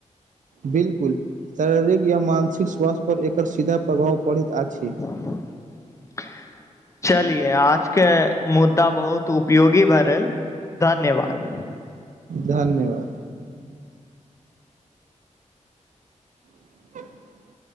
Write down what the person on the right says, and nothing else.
बिलकुल शारीरिक या मानसिक स्वास्थ्य पर एकर सीधा प्रभाव पड़ैत अछि
धन्यवाद <inaudible> <inaudible>